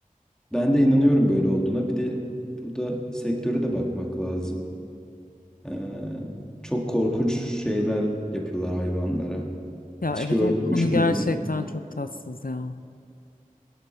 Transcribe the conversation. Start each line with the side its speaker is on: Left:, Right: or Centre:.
Centre: ben de inanıyorum böyle olduğuna. Bir de burada sektöre de bakmak lazım. E, çok korkunç şeyler yapıyorlar hayvanlara.
Left: Ya
Centre: Hiç
Left: evet
Centre: görmüş
Left: o konu gerçekten
Centre: müydün?
Left: çok tatsız ya.